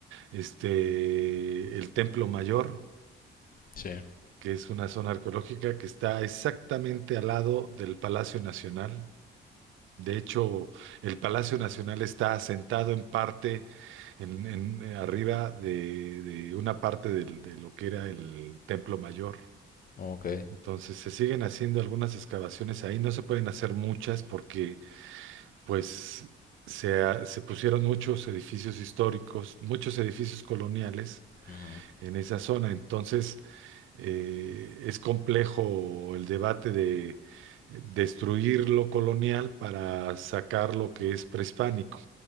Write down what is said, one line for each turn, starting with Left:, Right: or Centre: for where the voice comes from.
Right: este, el Templo Mayor
Left: Sí.
Right: que es una zona arqueológica que está exactamente al lado del Palacio Nacional. De hecho, el Palacio Nacional está asentado en parte, en, en- eh, arriba de, de una parte del- de lo que era el Templo Mayor.
Left: Ok,
Right: Entonces, se siguen haciendo algunas excavaciones ahí. No se pueden hacer muchas porque, pues, se, ha- se pusieron muchos edificios históricos, muchos edificios coloniales
Left: ujú,
Right: en esa zona. Entonces, eh, es complejo el debate de destruir lo colonial para sacar lo que es prehispánico.